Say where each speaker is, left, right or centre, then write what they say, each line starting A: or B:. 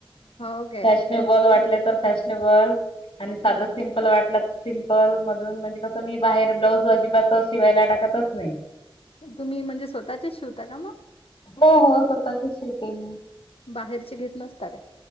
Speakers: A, on the left; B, on the left.
A: हो काय.
B: फॅशनेबल
A: हं,
B: वाटलेत फॅशनेबल आणि साधं
A: हां.
B: सिंपल वाटला त सिंपल मधून म्हणजे कसं नि बाहेर ब्लाऊज अजिबातच शिवायला टाकतच नाई.
A: तुम्ही म्हणजे स्वतःचेच शिवता का मग?
B: हो हो. स्वतःचे शिवते मी.
A: बाहेरचे घेत नसता काय?